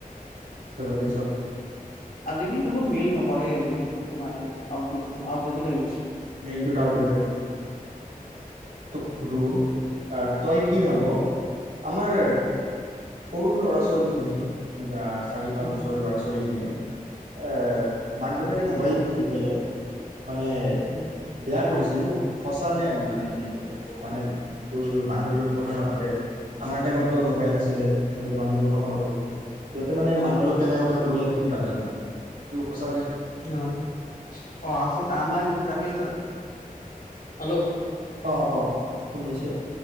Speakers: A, on the right (about 80°); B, on the left (about 80°).
A: <unintelligible> বাদদি চব।
B: <unintelligible> জগত মেইল নকৰে মেইেলটোতো নাই আউটডেটচ আউটডেটেদ হৈ গৈছে।
A: মেইলটোত আউট হৈ সোদো, তই কি ভাব আমাৰ সৰু ল'ৰা ছোৱালীখিনি আত চাৰি পাঁচ
B: উম
A: বছৰৰ লৰা-ছোৱালীখিনি। এ মাক দউতাকে মোবাইলটো দি পেলাই। মানে
B: উম
A: বেয়া কৰিছে এইটো সঁচা নে নে মানে কি মানে ৰ ৰ মানুহৰ লগত কথা নাপাতে, আমাৰ টাইমটতো মোবাইল নাছিলে আমিতো মানুহৰ লগত কথা পাতো যত মানে মানুহ লগত কেনে কথা পাতিব লাগে সেইটো দাত। জনে। সেইটো সচ
B: অহ। অ অ আচলতে আমাৰ চমিষ্টৰ, হেল্ল'
A: অ' ক, শুনি আছো।